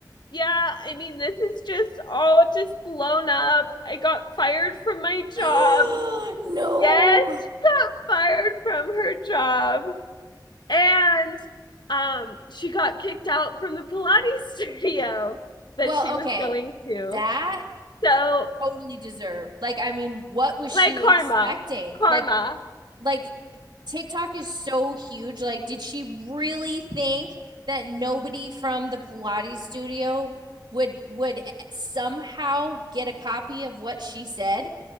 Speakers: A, on the left; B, on the right.
A: yeah, I mean, this is just all just blown up. I got fired from my
B: <gasps>
A: job.
B: No.
A: Yes, she got fired from her job. And um, she got kicked out from the Pilates <laughs> studio that
B: Well,
A: she was
B: okay.
A: going to.
B: That
A: So,
B: totally deserved. Like, I mean, what was
A: like
B: she
A: karma,
B: expecting?
A: karma,
B: Like, like TikTok is so huge. Like, did she really think that nobody from the Pilates studio would would somehow get a copy of what she said?